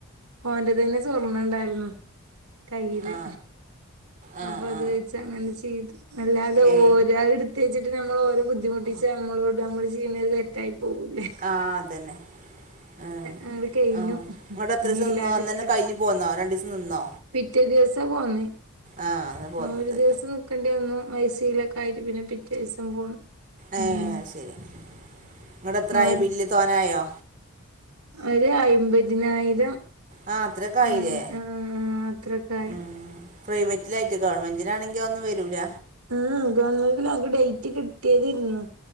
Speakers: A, on the right (about 90°); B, on the right (about 35°).
A: ഓന്റെ തന്നെ സ്വർണണ്ടായിരുന്നു കയ്യില്
B: ആ ആ
A: അപ്പൊ അത്
B: ആ
A: വെച്ച് അങ്ങനെ ചെയ്തു അല്ലാതെ
B: ഏ
A: ഓരാൾത് പ്രത്യേകി്ചിട്ട് നമ്മൾ ഓരോ ബുദ്ധിമുട്ടിച്ച് നമ്മളോട് നമ്മള് ചെയ്യ്ണത് തെറ്റായി പോകൂല്ലേ
B: ആ അതന്നെ ആ
A: അങ്ങട് കഴിഞ്ഞു
B: ആ ങ്ങട്ട് എത്രിസം
A: ഇനി ഇല്ലാതിരിക്കട്ടെ
B: നിന്നു അന്നന്നെ കഴിഞ് പോന്നോ രണ്ടീസം നിന്നോ
A: പിറ്റേ ദിവസാ പോന്നേ
B: ആ അന്ന് പോന്നത്
A: ഒരു ദിവസം നക്കണ്ടി വന്നു ഐസി ലൊക്കെ ആയിറ്റ് പിന്നെ പിറ്റേ ദിവസം പോന്നു
B: ഏ
A: ഉം
B: അത് ശരി ങ്ങണ്ട് എത്രായി
A: ആ
B: ബില്ല് തോനെ ആയോ
A: ഒരു അയിമ്പതിനായിരം
B: ആ അത്രയൊക്കെ ആയില്ലേ
A: അങ്ങനെ ആ അത്രൊക്ക ആയി.
B: ഉം പ്രൈവറ്റിലായിട്ട് കാണം ഗവൺമെൻറിനാണെങ്കി അതൊന്നും വരൂല്ല
A: ഉം ഗവൺമെന്റി എനക്ക് ഡേറ്റ് കിട്ടിയതിരുന്നു